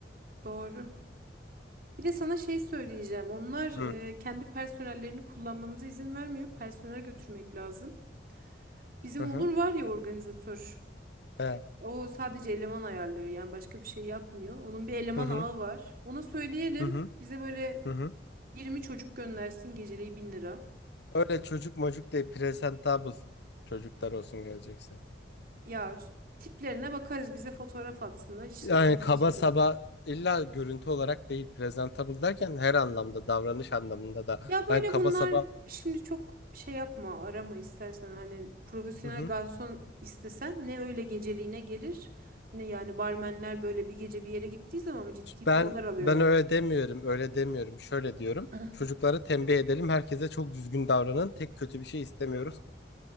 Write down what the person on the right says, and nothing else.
doğru. Bir de sana şey söyleyeceğim. Onlar
e, kendi personellerini kullanmamıza izin vermiyor. Personel götürmek lazım. Bizim
Onur
var ya organizatör.
O sadece eleman ayarlıyor. Yani başka bir şey yapmıyor. Onun bir eleman
ağı var. Ona söyleyelim.
Bize böyle
20 çocuk göndersin geceliği 1000 lira.
Ya tiplerine bakarız. Bize fotoğraf atsınlar. işlerinden
seçeriz.
Ya böyle
bunlar
şimdi çok şey yapma arama istersen hani profesyonel
garson istesen ne öyle geceliğine gelir ne yani barmenler böyle bir gece bir yere gittiği zaman ciddi
paralar alıyorlar.
<laughs>